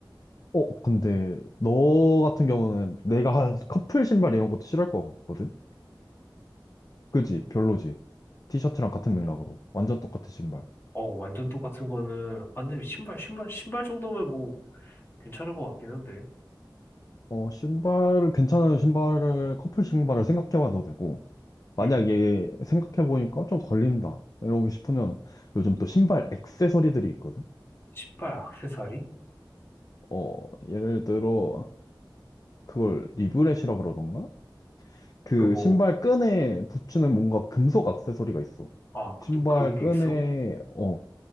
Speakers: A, on the left; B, on the left.
A: 어 근데 너 같은 경우는 내가 한 커플 신발 이런 것도 싫어할 것 같거든? 그지? 별로지. 티셔츠랑 같은 맥락으로 완전 똑같은 신발.
B: 어, 완전 똑같은 거는, 안 돼, 신발, 신발, 신발 정도면 뭐, 괜찮을 것 같긴 한데.
A: 어 신발을 괜찮은 신발을 커플 신발을 생각해봐도 되고. 만약에
B: 응,
A: 생각해보니까 좀 걸린다. 이러고 싶으면 요즘 또 신발 액세서리들이 있거든?
B: 신발, 액세서리?
A: 어, 예를 들어, 그걸 리브렛이라 그러던가? 그
B: 그 뭐,
A: 신발 끈에 붙이는 뭔가 금속 액세서리가 있어.
B: 아,
A: 신발
B: 그 또 그런 게
A: 끈에,
B: 있어?
A: 어,